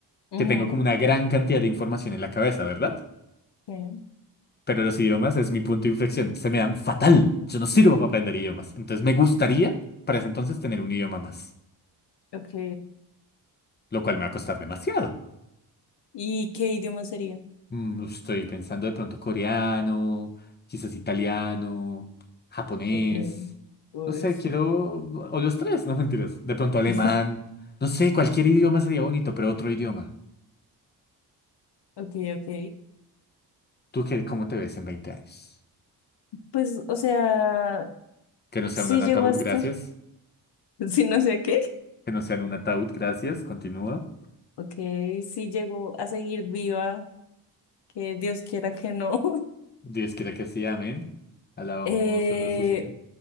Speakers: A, on the left; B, on the left.
A: ujú.
B: que tengo como una gran cantidad de información en la cabeza, ¿verdad?
A: Sí,
B: Pero los idiomas es mi punto de inflexión. Se me dan fatal. Yo no sirvo para aprender idiomas. Entonces me gustaría para ese entonces tener un idioma más,
A: Ok.
B: lo cual me va a costar demasiado.
A: ¿Y qué idioma sería?
B: Mm, Estoy pensando de pronto coreano, quizás italiano, japonés.
A: Ok, pues,
B: No sé, quiero... O los tres, no mentiras. De pronto alemán.
A: <laughs>
B: No sé, cualquier idioma sería bonito, pero otro idioma.
A: ok, ok.
B: ¿Tú qué, cómo te ves en 20 años?
A: Pues, o sea,
B: Que no sea
A: sí
B: un ataúd,
A: llegó a estar,
B: gracias.
A: <laughs> sí no sé a qué.
B: Que no sea en un ataúd, gracias. Continúa.
A: Ok, sí llegó a seguir viva, que Dios quiera que no. <laughs>
B: Dios quiera que sí, amén. Alabamos
A: Eh,
B: a nuestro Señor.